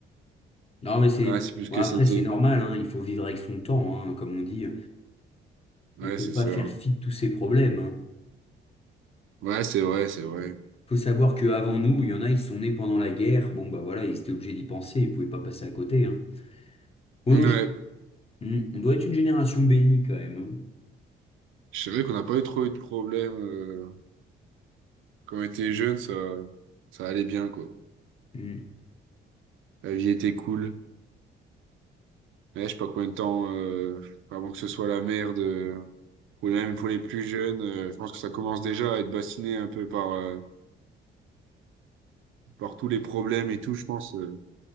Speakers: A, on the left (about 30°); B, on the right (about 80°).
A: Non, mais c'est.
B: ah c'est plus ce
A: bon,
B: que
A: après,
B: c'était.
A: c'est normal, hein, il faut vivre avec son temps, hein, comme on dit.
B: Ouais,
A: On ne peut
B: c'est
A: pas
B: ça.
A: faire fi de tous ces problèmes. hein.
B: Ouais, c'est vrai, c'est vrai.
A: Faut savoir qu'avant nous, il y en a, ils sont nés pendant la guerre. Bon, bah voilà, ils étaient obligés d'y penser, ils ne pouvaient pas passer à côté. hein. Bon,
B: Ouais.
A: non, je Hmm, On doit être une génération bénie quand même. hein.
B: C'est vrai qu'on n'a pas eu trop eu de problèmes. euh, Quand on était jeune, ça, ça allait bien, quoi.
A: Hmm.
B: La vie était cool. Mais je sais pas combien de temps, euh, avant que ce soit la merde, euh, ou même pour les plus jeunes, euh, je pense que ça commence déjà à être bassiné un peu par, euh, par tous les problèmes et tout, je pense. euh.